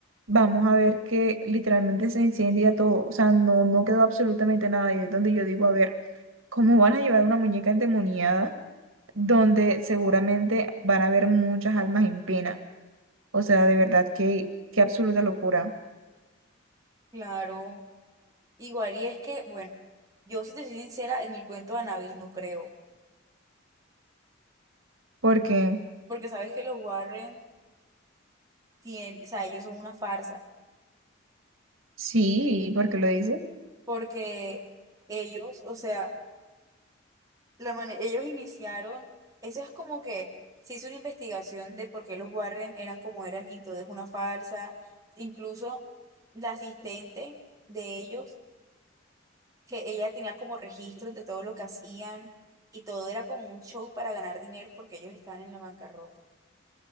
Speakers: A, on the right; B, on the right.
A: vamos a ver que literalmente se incendia todo. O sea, no, no quedó absolutamente nada. Y es donde yo digo, a ver, ¿cómo van a llevar una muñeca endemoniada donde seguramente van a haber muchas almas en pena? O sea, de verdad, qué, qué absoluta locura.
B: claro. Igual, y es que, bueno, yo si te soy sincera, en el cuento de Anabel no creo.
A: Porque,
B: porque sabes que los Warren tienen, o sea, ellos son una farsa,
A: sí, por qué lo dices?
B: porque ellos, o sea, la mane- ellos iniciaron, eso es como que se hizo una investigación de por qué los Warren eran como eran y todo es una farsa, incluso la asistente de ellos, que ella tenía como registros de todo lo que hacían y todo era como un show para ganar dinero porque ellos estaban en la bancarrota.